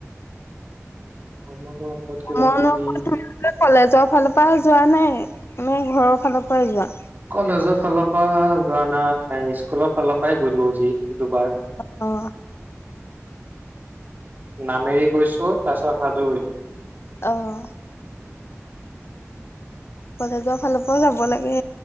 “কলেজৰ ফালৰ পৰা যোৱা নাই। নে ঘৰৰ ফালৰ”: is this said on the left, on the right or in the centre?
Left